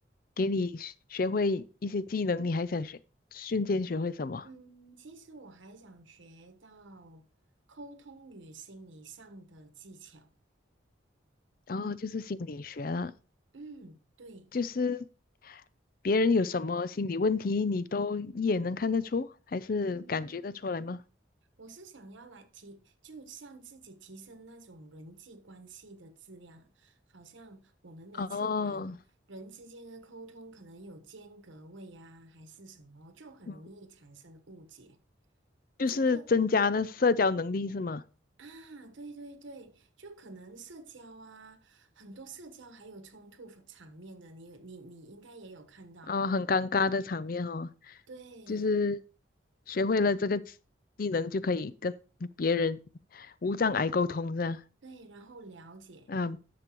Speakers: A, on the left; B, on the right.
A: 给你学学会一些技能，你还想学，瞬间学会什么？
B: 嗯，其实我还想学到沟通与心理上的技巧。
A: 然后就是心理学了，
B: 嗯，对，
A: 就是别人有什么心理问题，你都一眼能看得出，还是感觉得出来吗？
B: 嗯，我是想要来提，就像自己提升那种人际关系的质量，好像我们每次人人之间的沟通可能有间隔位呀、
A: 哦，
B: 还是什么，就很容易产生误解。
A: 嗯就是增加那社交能力是吗？
B: 这个啊，对对对，就可能社交啊，很多社交还有冲突场面的，你你你应该也有看到，
A: 啊、很尴尬的场面哦。
B: 对
A: 就是学会了这个技能，就可以跟别人无障碍沟通，这样
B: 对，然后了解。
A: 啊